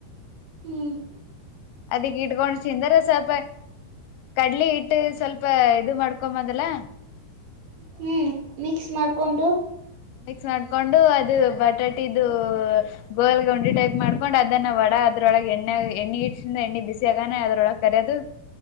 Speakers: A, on the right; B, on the left.
A: ಹ್ಮ್
B: ಅದಕ್ಕೆ ಇಟ್ಕೊಂಡ್ ಸಿದರೆ ಸಾಕ ಕಡಲೆ ಹಿಟ್ಟು ಸ್ವಲ್ಪ ಇದು ಮಾಡ್ಕೊಂಬದಲ್ಲ
A: ಹ್ಮ್ ಮಿಕ್ಸ್ ಮಾಡ್ಕೊಂಡು
B: ಮಿಕ್ಸ್ ಮಾಡ್ಕೊಂಡು ಅದು ಬಟಾಟಿದು ಗೋಲ್ ಗ ಉಂಡಿ ಟೈಪ್ ಮಾಡ್ಕೊಂಡು ಅದನ್ನ ಅದ್ರೊಳಗೆ ಎಣ್ಣೆ ಎಣ್ಣಿ ಇಕ್ಸೀ ಎಣ್ಣೆ ಬಿಸಿ ಆಗಾನ ಅದ್ರೊಳಗ್ ಕರಿಯೋದು ಹ